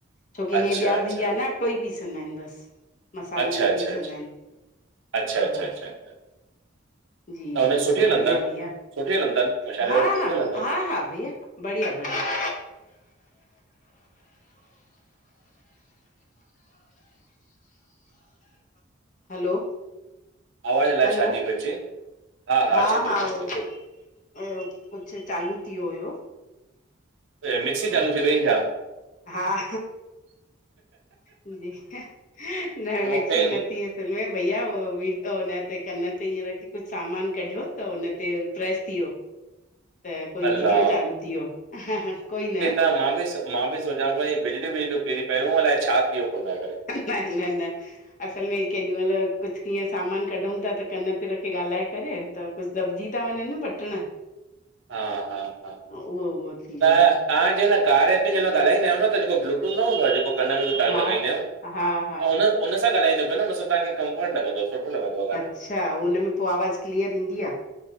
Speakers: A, on the left; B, on the right.
A: छोकी
B: अच्छा
A: हे ॿिया
B: अच्छा
A: भइया न अटो ई पीसंदा आहिन बस। मसाला
B: अच्छा
A: न
B: अच्छा
A: पीसंदा
B: अच्छा
A: आइन
B: अच्छा
A: हा।
B: अच्छा अच्छा
A: जी
B: त हुन
A: ॿियो
B: सुठी
A: सब
B: हलनि
A: बढ़िया
B: तनि
A: भईया
B: सुठी हलनि तनि मशाले
A: हा
B: वारनि सुठी
A: हा
B: हलनि तनि
A: हा हा भईया। बढ़िया बढ़िया हलो
B: आवाज़ अलाए
A: हलो
B: शाजी पई अचे।
A: हा
B: अचे थी
A: हा
B: अचे
A: उओ,
B: थी
A: कुछ, चालू थी वियो हुयो।
B: हे,
A: अच्छा
B: मिक्सी चालू थी वई छा?
A: हा, जी, न मिक्सी
B: मूंखे
A: न, असल, में भईया व, हुन ते कन ते हीअं, रखी कुछ सामान कढियो त हुन ते प्रेस थी, वियो। त कोई
B: अल्ला
A: वीडियो चालू थी वियो, कोई न।
B: न मां बि त मां, बि सोचां पियो इये बिजलियूं विजलियूं किरी पयूं अलाए छा थी वियो कोन लाइ करे
A: न न न असल में केॾी मल कुछ कीअं सामान कढऊं ता त कन ते रखी ॻाल्हाए करे त कुछ दॿजी ता वञन न बटण।
B: हा हा हा
A: उहो उहो थी
B: त तव्हां
A: वियो हुयो
B: जेंमल कार्य ते जेंमल ॻालाईंदा आयो न त जेको ब्लूटूथ न हूंदो आ जेको कन में जो तारूं
A: हा
B: लॻाईंदा आयूं
A: हा हा
B: त उन उनसां ॻालाईंदा कयो न उनसां तांखे कंफर्ट लॻंदो। लॻंदो आहे ॻाल्हाइण
A: अच्छा, उन में पो आवाज़ क्लीअर ईंदी आ।